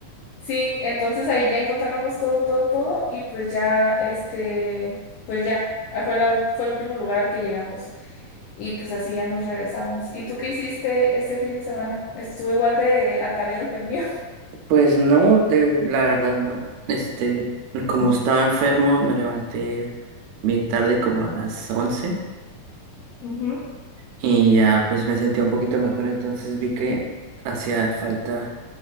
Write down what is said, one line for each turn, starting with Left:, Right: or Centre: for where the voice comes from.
Left: Sí, entonces ahí ya encontramos todo, todo, todo y pues ya, este, pues ya, ah, fue la, ult- fue el último lugar al que llegamos y pues así ya nos regresamos. ¿Y tú qué hiciste este fin de semana? Estuvo igual de atareado que el mío.
Right: Pues no, de, la verdad no. Este, como
Left: <laughs>
Right: estaba enfermo, me levanté bien tarde, como a las once
Left: Ujú. Ujú.
Right: y ya pues me sentía un poquito mejor, entonces vi que hacía falta